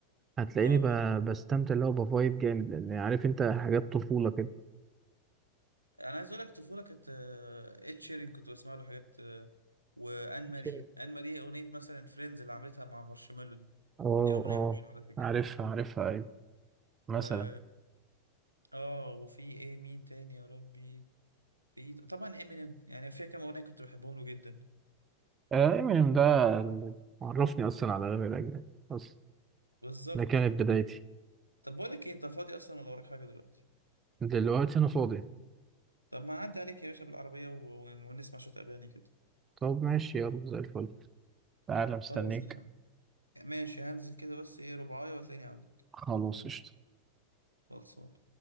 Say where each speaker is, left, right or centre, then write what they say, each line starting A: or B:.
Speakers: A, on the right; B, on the right.
A: هتلاقيني
B: اه
A: ب-
B: اه
A: بستمتع اللي هو بفايب جامد لان عارف انت حاجات طفوله
B: انا عايز اقول لك طفوله كانت آه، اد شيرين كنت بسمع له حاجات آه، وان ماري
A: كده
B: ان ماري اغنيه مثلا فريندز اللي عملتها مع مارشميلو دي
A: اه
B: دي اغنيه
A: اه
B: حلوه على فكره
A: عارفها عارفها ايوه
B: و
A: مثلا
B: اه وفي ايه مين تاني يا ربي في طبعا امينيم يعني فيها كام اغنيه كنت بحبهم له جدا
A: امينيم ده اللي عرفني اصلا على الاغاني الاجنبي اصلا
B: بالظبط
A: ده كانت بدايتي
B: طب بقول لك ايه انت فاضي اصلا ولا وراك حاجه دلوقتي
A: دلوقتي انا فاضي
B: طب ما اعدي عليك يا باشا بالعربيه و... ون- ونسمع شويه اغاني كده
A: طب ماشي يلا زي الفل تعالى مستنيك
B: خلاص انا ماشي هنزل كده بس ايه رباعية وتلاقيني عندك
A: خلاص قشطة
B: خلصان